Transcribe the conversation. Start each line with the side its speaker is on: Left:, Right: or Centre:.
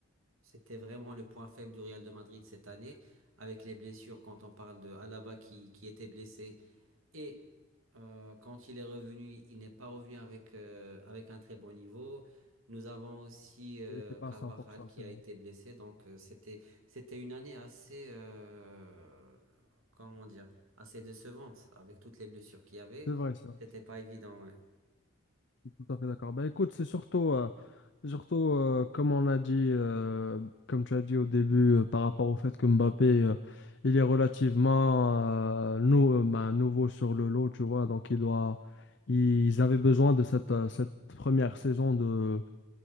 Right: c'était vraiment le point faible du Real de Madrid cette année, avec les blessures, quand on parle de Alaba qui, qui était blessé, et euh, quand il est revenu, il n'est pas revenu avec, euh, avec un très bon niveau. Nous avons aussi euh,
Left: Il n'était pas
Right: Carvajal
Left: à 100%,
Right: qui
Left: c'est
Right: a
Left: vrai.
Right: été blessé. Donc euh, c'était, c'était une année assez, euh, comment dire, assez décevante avec toutes les blessures qu'il y avait.
Left: C'est vrai, ça.
Right: C'était pas évident, ouais.
Left: Tout à fait d'accord. Bah, écoute, c'est surtout, euh, surtout euh, comme on a dit, euh, comme tu as dit au début, euh, par rapport au fait que Mbappé, euh, il est relativement euh, nou- euh, bah, nouveau sur le lot, tu vois. Donc, il doit, ils avaient besoin de cette, euh, cette première saison de,